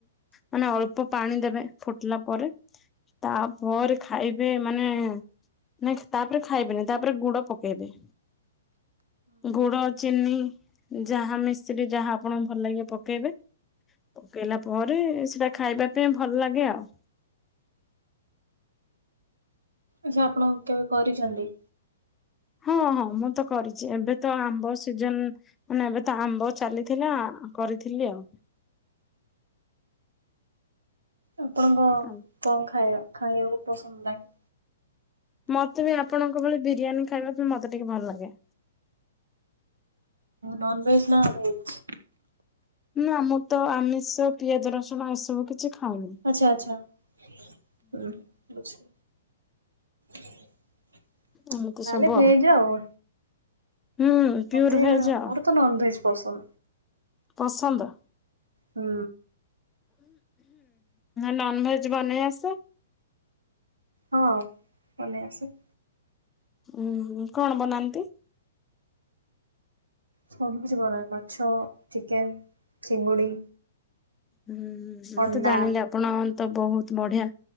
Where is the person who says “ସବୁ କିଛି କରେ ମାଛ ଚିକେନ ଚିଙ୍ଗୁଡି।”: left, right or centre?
Right